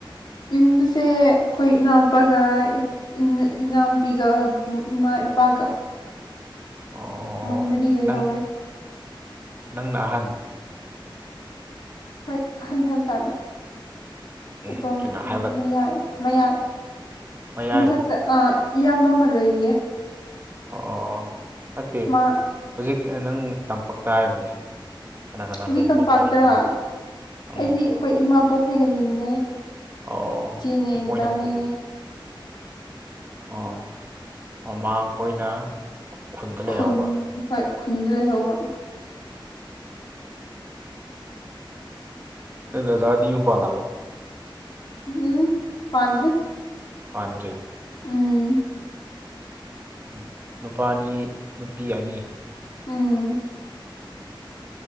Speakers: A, on the left; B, on the right.
A: ꯌꯨꯝꯗꯁꯦ ꯑꯩꯈꯣꯏ ꯏꯅꯥꯎꯄꯥꯒ ꯏꯟꯅ ꯏꯅꯥꯎꯄꯤꯒ ꯎꯝ ꯏꯃꯥ ꯏꯄꯥꯒ
B: ꯑꯣ
A: ꯃꯣꯏ ꯃꯔꯤ ꯂꯩꯍꯧꯋꯦ
B: ꯅꯪ ꯅꯪꯅ ꯑꯍꯟ
A: ꯍꯣꯏ ꯑꯍꯟ ꯍꯥꯏꯕ ꯇꯥꯥꯔꯦ
B: ꯑꯦ
A: ꯑꯗꯣꯝ
B: ꯀꯩꯅꯣ ꯍꯥꯏꯕ
A: ꯃꯌꯥꯏ ꯃꯌꯥ
B: ꯃꯌꯥꯏ
A: ꯃꯊꯛꯇ ꯑ ꯏꯌꯥꯝꯕ ꯑꯃ ꯂꯩꯔꯤꯌꯦ
B: ꯑꯣ ꯑꯣ ꯑꯣ ꯅꯠꯇꯦ
A: ꯃꯥ
B: ꯍꯧꯖꯤꯛ ꯑꯩꯅ ꯅꯪ ꯇꯝꯄꯥꯛꯇ ꯍꯥꯏꯕꯅꯦ ꯀꯅꯥ ꯀꯅꯥ
A: ꯍꯧꯖꯤꯛ
B: ꯂꯩꯃꯤꯟꯅꯔꯤꯅꯣꯕ
A: ꯇꯝꯄꯥꯛꯇꯔꯥ
B: ꯎꯝ
A: ꯑꯩꯗꯤ ꯑꯩꯈꯣꯏ ꯏꯃꯥ ꯄꯣꯛꯄꯤꯒ ꯂꯩꯃꯤꯟꯅꯩꯌꯦ
B: ꯑꯣ
A: ꯏꯆꯦꯅꯦ ꯗꯗꯥꯅꯦ
B: ꯃꯣꯏꯅ ꯈꯨ ꯑꯣ ꯃꯃꯥ ꯈꯣꯏꯅ ꯈꯨꯟꯗ ꯂꯩꯍꯧꯕ
A: ꯈꯨꯟ ꯍꯣꯏ ꯈꯨꯟꯗ ꯂꯩꯍꯧꯕ
B: ꯅꯪ ꯗꯥꯗꯥꯗꯤ ꯌꯨꯝ ꯄꯥꯜꯂꯕꯣ
A: ꯎꯝ ꯄꯥꯟꯗ꯭ꯔꯤ
B: ꯄꯥꯟꯗ꯭ꯔꯤ
A: ꯎꯝ
B: ꯑꯣ ꯅꯨꯄꯥꯅꯤ ꯅꯨꯄꯤ ꯑꯅꯤ
A: ꯎꯝ